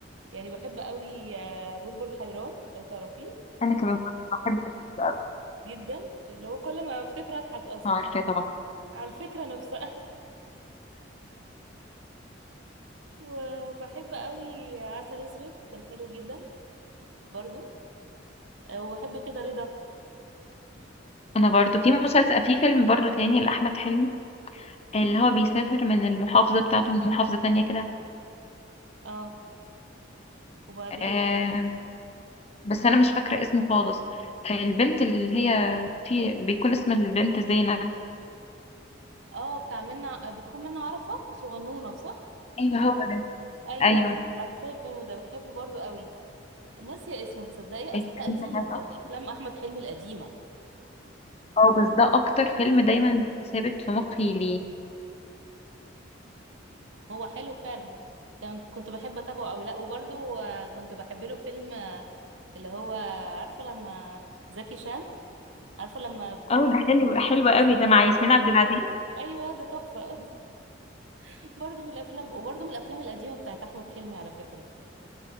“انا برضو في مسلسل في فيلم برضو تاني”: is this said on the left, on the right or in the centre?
Left